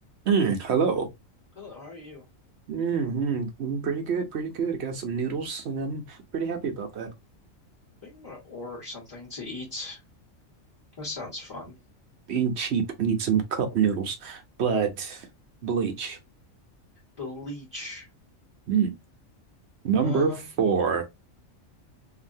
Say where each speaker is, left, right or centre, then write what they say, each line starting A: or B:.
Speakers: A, on the right (about 60°); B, on the left (about 20°).
A: Mm, hello.
B: Hello, how are you?
A: Mm-hmm. Pretty good, pretty good. I got some noodles and I'm pretty happy about that.
B: I think I'm gonna order something to eat. That sounds fun.
A: Being cheap, I need some cup noodles, but bleach.
B: Bleach.
A: Mm. Number
B: Um,
A: four,